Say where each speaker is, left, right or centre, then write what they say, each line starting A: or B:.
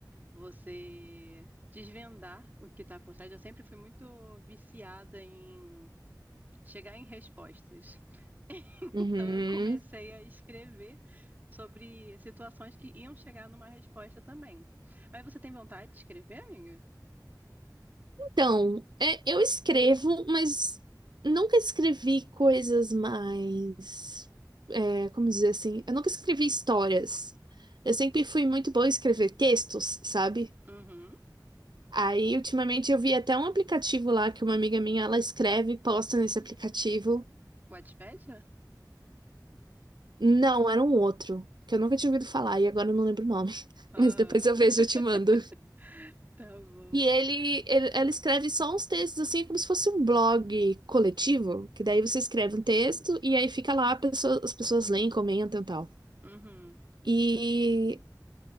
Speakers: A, on the right; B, on the right.
A: você desvendar o que está por trás. Eu sempre fui muito viciada em chegar em respostas. <laughs>
B: Uhum.
A: Então, eu comecei a escrever sobre situações que iam chegar numa resposta também. Mas você tem vontade de escrever, amiga?
B: Então, é, eu escrevo, mas nunca escrevi coisas mais. é, como dizer assim? Eu nunca escrevi histórias. Eu sempre fui muito boa em escrever textos, sabe?
A: Uhum.
B: Aí, ultimamente, eu vi até um aplicativo lá que uma amiga minha ela escreve e posta nesse aplicativo.
A: Wattpad?
B: Não, era um outro, que eu nunca tinha ouvido falar e agora eu não lembro o nome. <laughs>
A: Aham.
B: Mas depois eu vejo
A: <laughs>
B: e eu te mando.
A: Tá bom.
B: E ele, ele, ela escreve só uns textos, assim, como se fosse um blog coletivo, que daí você escreve um texto e aí fica lá, a pessoa- as pessoas leem, comentam e tal.
A: Uhum.
B: E